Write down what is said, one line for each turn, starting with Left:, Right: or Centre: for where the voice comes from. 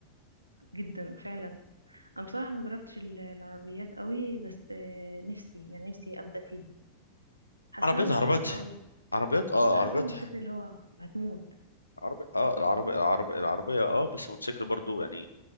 Right: جدا فعلا انا بصراحه ما جربتش ال- العربيات قوي بس آه، نفسي يعني نفسي ابدا فيها حاساها
Left: عربيات
Right: مش
Left: عربيات
Right: خطر قوي
Left: عربيات اه
Right: حاسه
Left: عربيات
Right: الموتوسيكل اللي هو هتموت
Left: عربي اه العربية العربية العربية اه بس الموتوسيكل برضو يعني